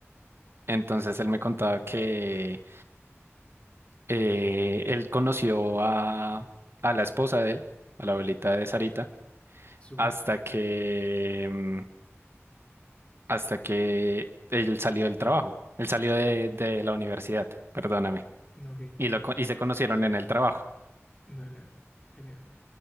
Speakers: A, on the right; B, on the left.
A: Entonces él me contaba que eh, él conoció a, a la esposa de él, a la abuelita de Sarita,
B: Súper.
A: hasta que, mm, hasta que él salió del trabajo, él salió de, de la universidad, perdóname,
B: Ok,
A: y,
B: ok.
A: lo, co- y se conocieron en el trabajo.
B: Dale. Genial.